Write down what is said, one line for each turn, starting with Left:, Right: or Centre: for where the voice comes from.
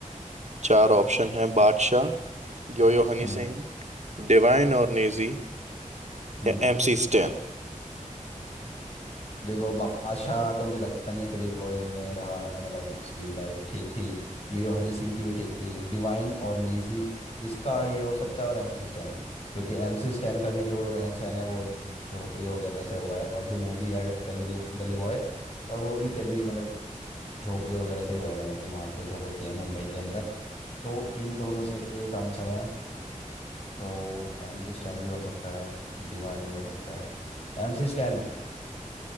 Right: चार ऑप्शन है बादशाह यो यो हनी
Left: हम्म
Right: सिंह डिवाइन और नेजी
Left: हम्म
Right: या एमसी स्टैन
Left: देखो बादशाह तो मुझे लगता नहीं है गली बॉय में रहा है मतलब उसकी लाइफ ठीक थी ये जो हनी सिंह की भी ठीक थी डिवाइन और नेजी इसका ये हो सकता है और एमसी स्टैन क्योंकि एमसी स्टैन का भी जो रहन सहन है वो झोपड़ी वगैरह से हुआ है और जो मूवी है गली डी- गली बॉय और वो भी गली मतलब झोपड़ी वगैरह से ही हुआ है मतलब कि वहाँ पे जो होते हैं मुंबई के अंदर तो इन दो में से एक आंसर है तो एमसी स्टैन भी हो सकता है डिवाइन भी हो सकता है MC Stan